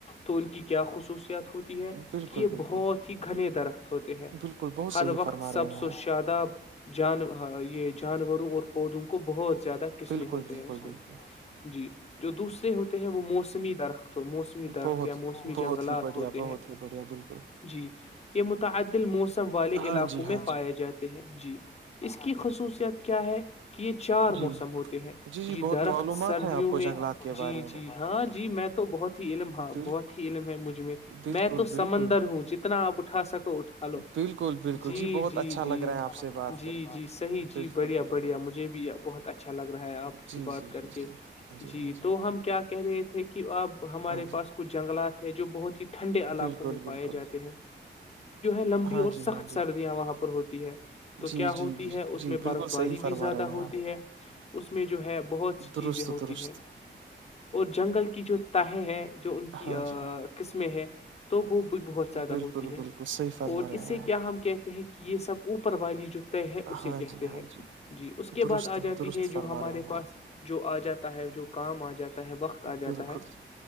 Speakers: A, on the left; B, on the right.
A: تو ان کی کیا خصوصیت ہوتی ہے
B: بالکل
A: کہ یہ
B: بالکل
A: بہت ہی گھنے ہوتے ہیں
B: بالکل بہت صحیح
A: ہر وقت
B: فرما
A: سب
B: رہے ہیں
A: س و
B: آپ
A: شاداب جان یہ جانوروں اور پودوں کو بہت زیادہ قسمیں
B: بالکل
A: ہوتے
B: بالکل
A: ہیں اس
B: بالکل
A: میں جی جو دوسرے ہوتے ہیں وہ موسمی درخت تو موسمی درخت
B: بہت
A: یا موسمی جنگلات
B: بہت ہی بڑھیا
A: ہوتے
B: بہت
A: ہیں
B: ہی بڑھیا بالکل
A: جی متعدل موسم والے
B: ہاں
A: علاقوں
B: جی ہاں
A: میں پائے
B: جی
A: جاتے ہیں جی اس کی خصوصیت کیا ہے کہ یہ چار
B: جی
A: موسم ہوتے ہیں
B: جی جی
A: یہ
B: بہت
A: درخت
B: معلومات
A: سردیوں
B: ہیں آپ کو
A: میں
B: جنگلات کے
A: جی
B: بارے
A: جی
B: میں
A: ہاں جی میں تو تو بہت ہی علم ہاں
B: بالکل
A: بہت ہی علم ہے مجھ میں
B: بالکل
A: میں تو
B: بالکل
A: سمندر ہوں جتنا آپ تھاا سک کو اٹھا لو
B: بالکل بالکل
A: جی
B: بہت
A: جی
B: اچھا
A: جی
B: لگ رہا ہے آپ سے بات
A: جی
B: کر کے
A: جی صحیح جی
B: بالکل
A: بڑھیا
B: بالکل
A: بڑھیا مجھے بھی بہت اچھا لگ رہا ہے آپ
B: جی
A: سے بات
B: جی
A: کر
B: جی
A: کے
B: جی ہاں
A: جی
B: ہاں
A: تو
B: ہاں
A: ہم کیا کہہ رہے تھے کہ آب ہمارے
B: ہاں جی
A: پاس کچھ جنگلات ہے جو بہت ہی ٹھنڈے علاقوں
B: بالکل
A: میں پائے
B: بالکل
A: جاتے ہیں لمبی
B: ہاں
A: اور
B: جی
A: سخت
B: ہاں جی
A: سردیااں ہوتی ہے تو
B: جی
A: کیا ہوتی
B: جی
A: ہے
B: جی
A: بر
B: بالکل
A: باری
B: صحیح
A: بھی
B: فرما
A: زدہ
B: رہے ہیں
A: ہوتی
B: آپ
A: ہے اس ہے بہت سی چیزیں
B: درست
A: ہوتی
B: درست
A: ہے جین کی جو تہ ہے جو ان کی
B: ہاں جی
A: قسمیں ہے تو وہ بہت زیادہ
B: بالکل
A: ہوتی ہے
B: بالکل صحیح فرما
A: اور
B: رہے
A: اس
B: ہیں
A: سے
B: یار
A: کیا ہم کہتے ہیں کہ یہ سب اوپر والی جو اسے
B: ہاں
A: کہتے
B: جی ہاں
A: ہیں جی اس کے
B: درست
A: بعد آ جاتی
B: درست
A: ہے جو
B: فرما
A: ہمارے
B: رہے
A: پاس
B: ہیں
A: جو آ جاتا ہے جو کام آ جاتا ہے وقت
B: آپ
A: آ جاتا
B: بالکل
A: ہے